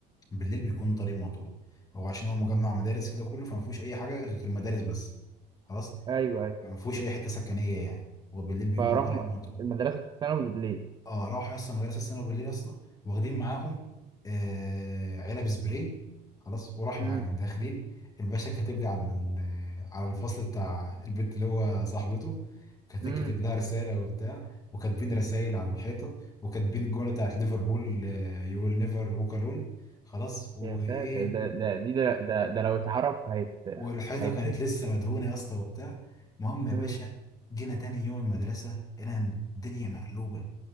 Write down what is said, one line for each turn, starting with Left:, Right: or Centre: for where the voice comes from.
Left: بالليل بيكون طريق مقطوع هو عشان هو مجمع مدارس كده كله فما فيهوش اي حاجه غير المدارس بس خلاص
Right: ايوه ايوه
Left: فما فيهوش اي حته سكنيه يعني هو بالليل بيكون
Right: فراحوا
Left: طريق
Right: م-
Left: مقطوع
Right: المدرسه الثانوي بالليل
Left: اه راحوا يا اسطى مدرسه الثانوي بالليل يا اسطى واخدين معاهم آه علب سبراي خلاص وراح يا
Right: امم
Left: معلم داخلين الباشا كاتب لي على ال- على الفصل بتاع البنت اللي هو صاحبته كاتب
Right: امم
Left: كاتب لها رساله وبتاع وكاتبين رسائل على الحيطه وكاتبين الجمله بتاعت ليفربول يو ويل نيفر ووك الون خلاص وايه
Right: يا ساتر ده ده دي ده ده, ده لو اتعرف هيت
Left: والحيطه
Right: هيتفش
Left: كانت لسه مدهونه يا اسطى وبتاع المهم يا
Right: امم
Left: باشا جينا تاني يوم المدرسه انا الدنيا مقلوبه